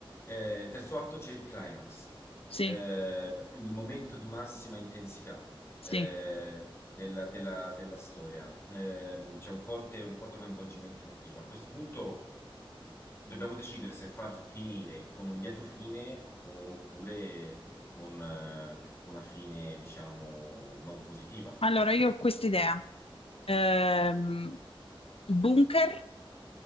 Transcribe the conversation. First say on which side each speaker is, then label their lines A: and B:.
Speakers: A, on the left (about 30°); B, on the left (about 85°).
A: Eh, il terzo atto c'è il climax.
B: Sì,
A: Eh, quindi momento di massima intensità
B: sì.
A: eh, della, della- della storia. Ehm, c'è un forte, un forte coinvolgimento emotivo. A questo punto dobbiamo decidere se far finire con un lieto fine oppure con eh, una fine, diciamo, non positiva.
B: Allora io ho questa idea. Ehm, bunker,